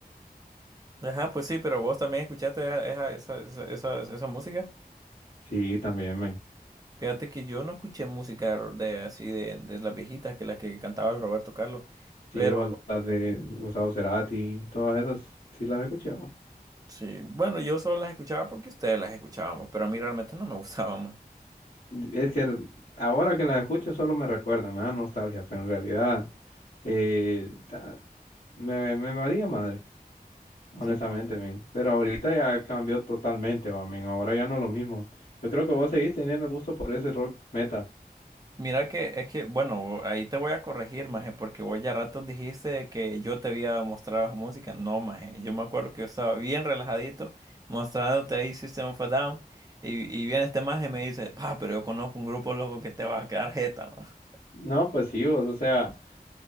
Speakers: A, on the right; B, on the left.
A: Ajá, pues sí, pero vos también escuchaste esa, esa, esa, esa- esa- esa música.
B: Sí, también, man.
A: Fíjate que yo no escuché música ro- de así de, de las viejitas que las que cantaba el Roberto Carlos.
B: Sí,
A: Pero
B: o las de Gustavo Cerati, todas esas, sí las escuché,
A: sí, bueno, yo solo las escuchaba porque ustedes las escuchábamos, pero a mí realmente no me <laughs> gustaban más.
B: Es que ahora que las escucho solo me recuerda, me da nostalgia, pero en realidad eh, ta- me, me valía madre, honestamente,
A: Sí.
B: men. Pero ahorita ya cambió totalmente, va, men. Ahora ya no es lo mismo. Yo creo que vos seguís teniendo el gusto por ese rock metal.
A: Mira que es que, bueno, ahí te voy a corregir, maje, porque vos ya ratos dijiste que yo te había mostrado esa música. No, maje, yo me acuerdo que yo estaba bien relajadito mostrándote ahí System of a Down y, y viene este maje y me dice, pa, pero yo conozco un grupo loco que te va a quedar jeta, ma". <laughs>
B: No, pues sí, vos, o sea,